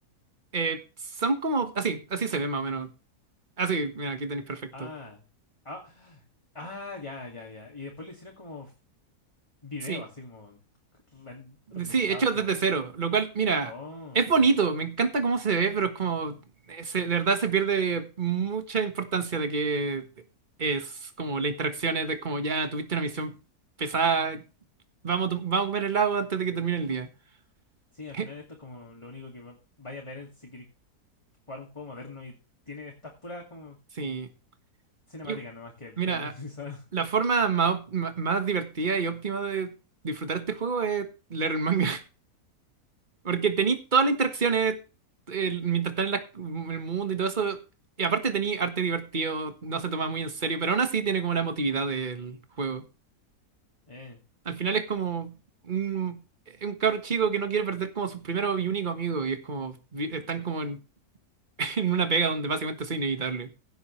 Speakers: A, on the right; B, on the left.
A: eh, son como, así, así se ve más o menos. Así, mira, aquí tenéis perfecto.
B: Ah, ah, ah, ya, ya, ya. Y después le hicieron como f- video,
A: Sí.
B: así como ren- renderizado
A: Sí, hechos
B: y todo.
A: desde cero, lo cual, mira,
B: Oh,
A: es
B: ya.
A: bonito, me encanta cómo se ve, pero es como, eh, se- de verdad se pierde mucha importancia de que es como las interacciones de como ya tuviste una misión pesada, vamos, a to- vamos a comer helado antes de que termine el día.
B: Sí, al
A: <laughs>
B: final esto es como lo único que va- vaya a ver es si queréis jugar un juego moderno y tiene estas puras como
A: Sí.
B: cinemáticas
A: Y,
B: nomás que pre-renderizadas.
A: mira, la
B: <laughs>
A: forma más, op- ma- más divertida y óptima de disfrutar este juego es leer el manga. Porque tení todas las interacciones el- mientras están en la- el mundo y todo eso. Y aparte tení arte divertido, no se toma muy en serio, pero aún así tiene como la emotividad del juego.
B: Eh,
A: Al final es como un, es un cabro chico que no quiere perder como su primero y único amigo. Y es como, vi- están como en, <laughs> en una pega donde básicamente soy inevitable.